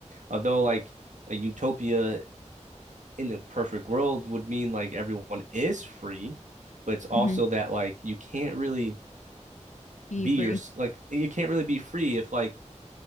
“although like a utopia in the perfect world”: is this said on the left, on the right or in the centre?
Right